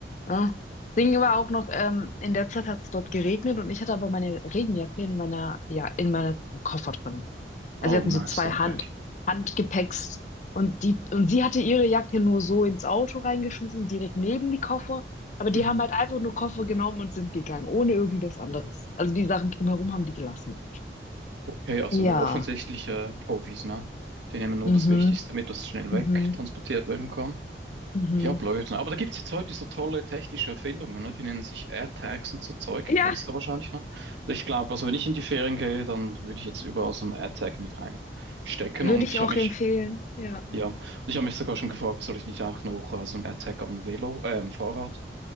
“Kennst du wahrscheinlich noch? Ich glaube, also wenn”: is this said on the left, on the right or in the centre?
Right